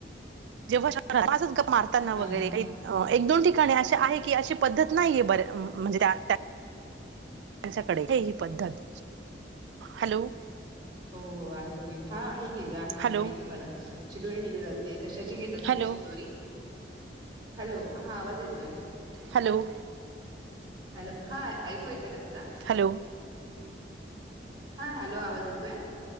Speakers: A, on the right; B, on the right.
A: जेव्हा <unintelligible> मारताना
B: हा
A: वगैरे
B: हा
A: काही एक दोन ठिकाणी अशे आहे की अशी पद्धत नाहीये बर म्हणजे त्या त्यांच्याकडे हे ही पद्धत, हॅलो
B: हो हो आहे की हा आहे की आहे की
A: हॅलो
B: माहितीय मला चिघून नले जाते कशाची घेता तुम्ही
A: हॅलो
B: शिदोरी हॅलो हा आवाज येतोय
A: हॅलो
B: हॅलो हा ऐकू येत ना तुला
A: हॅलो
B: हा हॅलो आवाज येतोय